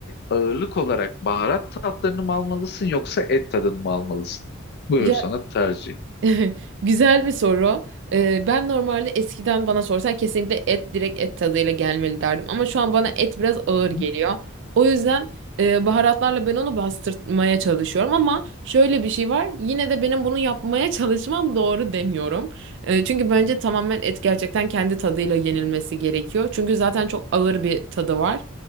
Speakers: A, on the left; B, on the right.
A: ağırlık olarak baharat tatlarını mı almalısın yoksa et tadını mı almalısın? Buyur
B: Ya
A: sana tercih.
B: <laughs> güzel bir soru. Ee, ben normalde eskiden bana sorsan kesinlikle et direkt et tadıyla gelmeli derdim. Ama şu an bana et biraz ağır
A: Hı hı.
B: geliyor. O yüzden e, baharatlarla ben onu bastırmaya çalışıyorum. Ama şöyle bir şey var. Yine de benim bunu yapmaya çalışmam doğru demiyorum. E, çünkü bence tamamen et gerçekten kendi tadıyla yenilmesi gerekiyor. Çünkü zaten çok ağır bir tadı var.